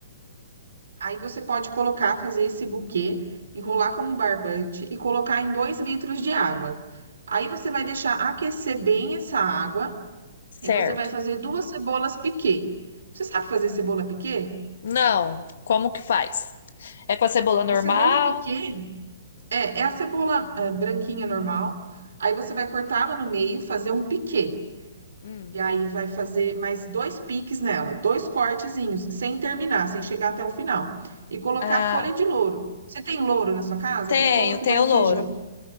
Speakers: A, on the right; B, on the left.
A: Aí você pode colocar, fazer esse buquê, enrolar com um barbante e colocar em 2 litros de água. Aí você vai deixar aquecer bem essa água e
B: Certo.
A: você vai fazer duas cebolas piquê. Você sabe fazer cebola piquê?
B: Não, como que faz? É com a cebola normal?
A: A cebola piquê É, é a cebola, ah, branquinha normal. Aí você vai cortar ela no meio, fazer um piquê.
B: Hum.
A: E aí vai fazer mais dois piques nela, dois cortezinhos, sem terminar, sem chegar até o final. E colocar
B: Ah,
A: folha de louro. Você tem louro na sua casa?
B: tenho,
A: Aquele louro que
B: tenho
A: vai no feijão.
B: louro.